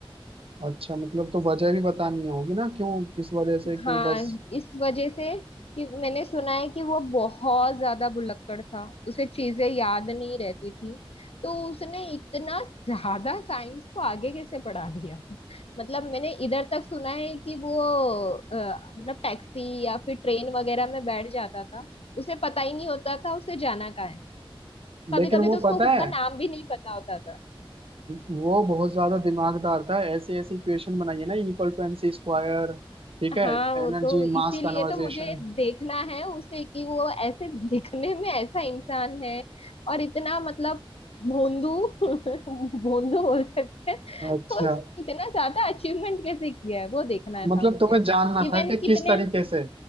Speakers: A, on the right; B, on the left.
A: अच्छा मतलब तो वजह भी बतानी होगी ना क्यों किस वजह से क्यों
B: हाँ
A: बस
B: इस वजह से कि मैंने सुना है कि वो बहुत ज्यादा भुलक्कड़ था उसे चीजें याद नहीं रहती थी तो उसने इतना ज्यादा साइंस को आगे कैसे पढ़ा दिया मतलब मैंने इधर तक सुना है कि वो अ, मतलब टैक्सी या फिर ट्रेन वगैरह में बैठ जाता था उसे पता ही नहीं होता था उसे जाना कहाँ है कभी
A: लेकिन
B: कभी
A: वो
B: तो उसको
A: पता
B: खुद
A: है
B: का नाम भी नहीं पता होता था
A: वो बहुत ज्यादा दिमागदार था ऐसे ऐसे इक्वेशन बनाई है ना equal to M C square ठीक है
B: हाँ वो
A: एनर्जी
B: तो इसीलिए
A: मास कन्वर्जेशन
B: तो मुझे देखना है उसे कि वो ऐसे दिखने में ऐसा इंसान है और इतना मतलब भोंदू <laughs> भोंदू बोल सकते हैं
A: अच्छा
B: तो उसने इतना ज्यादा अचीवमेंट कैसे किया है वो देखना
A: मतलब
B: था मुझे
A: तुम्हें जानना
B: इवन
A: था कि
B: कितने
A: किस तरीके से